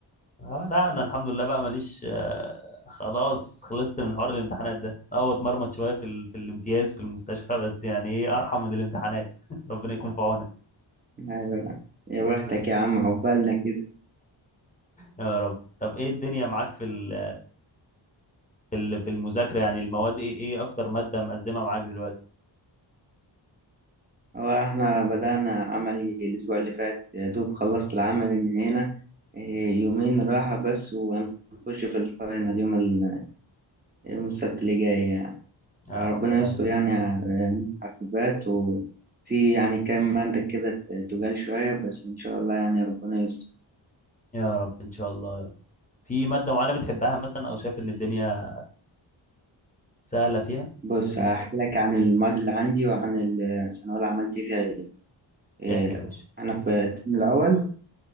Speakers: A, on the left (about 15°); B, on the right (about 25°).
A: اه لا انا الحمد لله بقى ماليش آه، خلاص خلصت من حوار الامتحانات ده اه اتمرمط شويه في ال... في الامتياز في المستشفى بس يعني ايه ارحم من الامتحانات <laughs> ربنا يكون في عونك
B: أيوة. يا بختك يا عم عقبالنا كده
A: يا رب طب ايه الدنيا معاك في ال... في ال... في المذاكره يعني المواد ايه ايه اكتر ماده مأزمه معاك دلوقتي
B: هو إحنا بدأنا عملي الأسبوع اللي فات يا دوب خلصت العمل من هنا إيه، يومين راحة بس وهنخش في الفاينل يوم ال... يوم السبت اللي جاي يعني
A: يا
B: فربنا
A: ربنا
B: يستر
A: يعينك
B: يعني على حاسبات وفي يعني كام مادة كده تجال شوية بس إن شاء الله يعني ربنا يستر.
A: يا رب ان شاء الله يا رب في ماده معينه بتحبها مثلا او شايف ان الدنيا سهلة فيها
B: بص هحكي لك عن المواد اللي عندي وعن الثانوية اللي عملت فيها ايه إيه،
A: احكي يا باشا
B: أنا في الترم الأول